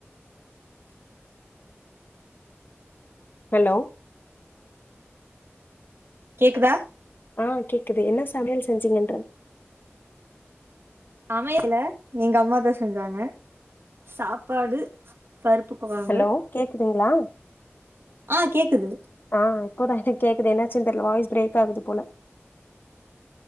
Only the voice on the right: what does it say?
கேக்குதா
சமையல எங்க அம்மாதான் செஞ்சாங்க சாப்பாடு பருப்பு கொழம்பு
ஆ கேக்குது